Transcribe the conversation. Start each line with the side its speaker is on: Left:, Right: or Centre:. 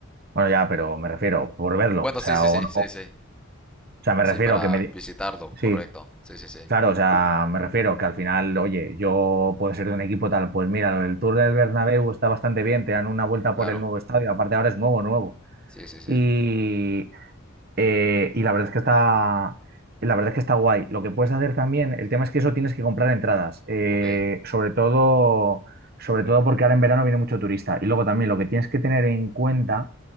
Right: Bueno, ya, pero me refiero por verlo,
Centre: Bueno,
Right: o sea,
Centre: sí, sí,
Right: o,
Centre: sí,
Right: o-
Centre: sí,
Right: o
Centre: sí.
Right: sea, me
Centre: Sí,
Right: refiero
Centre: para
Right: que me... di-
Centre: visitarlo,
Right: Sí.
Centre: correcto. Sí, sí, sí,
Right: Claro, o sea, me refiero que al final, oye, yo puedo ser de un equipo tal, pues mira, el Tour del Bernabéu está bastante bien, te dan una vuelta
Centre: claro.
Right: por el nuevo estadio, aparte ahora es nuevo, nuevo.
Centre: Sí, sí, sí.
Right: Y, eh, y la verdad es que está, la verdad es que está guay. Lo que puedes hacer también, el tema es que eso tienes que comprar entradas, eh,
Centre: Ok,
Right: sobre todo, sobre todo porque ahora en verano viene mucho turista. Y luego también lo que tienes que tener en cuenta